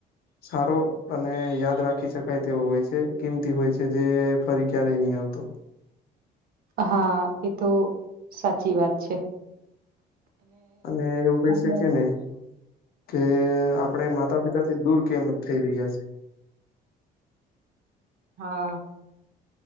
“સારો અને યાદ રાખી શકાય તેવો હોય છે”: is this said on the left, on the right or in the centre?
Left